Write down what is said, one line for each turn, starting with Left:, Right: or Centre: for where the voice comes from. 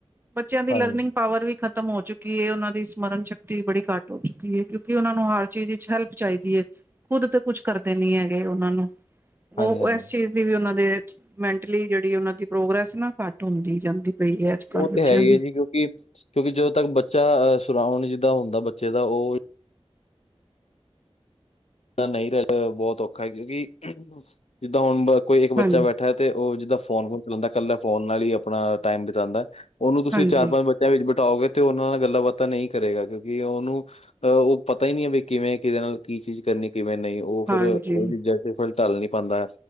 Right: ਬੱਚਿਆਂ ਦੀ
Left: ਹਾਂਜੀ
Right: ਲਰਨਿੰਗ ਪਾਵਰ ਵੀ ਖ਼ਤਮ ਹੋ ਚੁੱਕੀ ਹੈ ਉਹਨਾਂ ਦੀ ਸਮਰਨ ਸ਼ਕਤੀ ਬੜੀ ਘੱਟ ਹੋ ਚੁੱਕੀ ਹੈ ਕਿਉਂਕਿ ਉਹਨਾਂ ਨੂੰ ਹਰ ਚੀਜ਼ ਵਿੱਚ ਹੈਲਪ ਚਾਹੀਦੀ ਹੈ ਖੁਦ ਤੇ ਕੁੱਝ ਕਰਦੇ ਨੀ ਹੈਗੇ ਉਹਨਾਂ ਨੂੰ ਉਹ
Left: ਹਾਂਜੀ ਹਾਂਜੀ
Right: ਇਸ ਚੀਜ਼ ਦੀ ਵੀ ਉਹਨਾਂ ਦੇ ਮੈਂਟਲੀ ਜਿਹੜੀ ਉਹਨਾਂ ਦੀ ਪ੍ਰੋਗੈਸ ਨਾ ਘੱਟ ਹੁੰਦੀ ਜਾਂਦੀ ਪਈ ਹੈ ਕੱਲ੍ਹ
Left: ਉਹ
Right: ਬੱਚਿਆਂ
Left: ਤੇ ਹੈ ਹੀ
Right: ਦੀ
Left: ਹੈ ਜੀ ਕਿਉਂਕਿ ਕਿਉਂਕਿ ਜਦੋਂ ਤੱਕ ਬੱਚਾ ਅ ਸੁਰਾਉਡ ਜਿੱਦਾਂ ਹੁੰਦਾ ਬੱਚੇ ਦਾ ਉਹ ਨਹੀਂ ਰਹਿ ਬਹੁਤ ਔਖਾ ਕਿਉਂਕਿ ਜਿੱਦਾਂ ਹੁਣ ਕੋਈ ਇੱਕ ਬੱਚਾ
Right: ਹਾਂਜੀ
Left: ਬੈਠਾ ਤੇ ਉਹ ਜਿੱਦਾਂ ਫੋਨ ਫੂਨ ਚਲਾਉਂਦਾ ਕੱਲਾ ਫੋਨ ਨਾਲ ਹੀ ਆਪਣਾ ਟਾਈਮ ਬਿਤਾਉਂਦਾ ਉਹਨੂੰ ਤੁਸੀਂ
Right: ਹਾਂਜੀ
Left: ਚਾਰ ਪੰਜ ਬੱਚੇ ਵਿੱਚ ਬਿਠਾਓਗੇ ਤੇ ਉਹਨਾਂ ਨਾਲ ਗੱਲਾਂ ਬਾਤਾਂ ਨਹੀਂ ਕਰੇਗਾ ਕਿਉਂਕਿ ਉਹਨੂੰ ਅਹ ਪਤਾ ਹੀ ਨਹੀਂ ਹੈ ਵੀ ਕਿਵੇਂ ਕਿਹਦੇ ਨਾਲ ਕੀ ਚੀਜ਼ ਕਰਨੀ ਕਿਵੇਂ ਨਹੀਂ ਉਹ
Right: ਹਾਂਜੀ
Left: ਫ਼ਿਰ ਉਹ ਚੀਜ਼ਾਂ ਫਿਰ ਢੱਲ ਨੀ ਪਾਉਂਦਾ